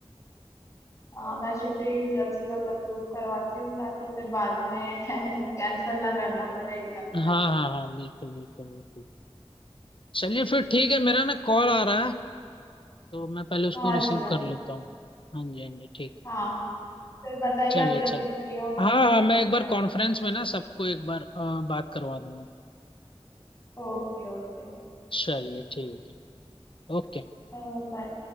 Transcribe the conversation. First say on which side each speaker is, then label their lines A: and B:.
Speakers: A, on the left; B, on the left.
A: हाँ मैं छुट्टी जल्द से जल्द अप्रूव करवाती हूँ ताकि फिर बाद में <laughs> कैंसिल ना करना पड़े एकदम से
B: हाँ हाँ हाँ बिल्कुल बिल्कुल बिल्कुल चलिए फिर ठीक है मेरा ना कॉल आ रहा है तो मैं पहले उसको
A: हाँ
B: रिसीव
A: जी यार
B: कर लेता हूँ हाँ जी हाँ जी ठीक है
A: हाँ हाँ फिर बताइए
B: चलिए
A: आप जब
B: चलिए
A: भी फ्री हो
B: हाँ
A: तो बात
B: हाँ मैं एक बार
A: करते
B: कॉन्फ्रेंस
A: हैं
B: में ना सबको एक बार अ, बात करवा दूंगा
A: Okay okay
B: चलिए ठीक है ओके
A: Uh, bye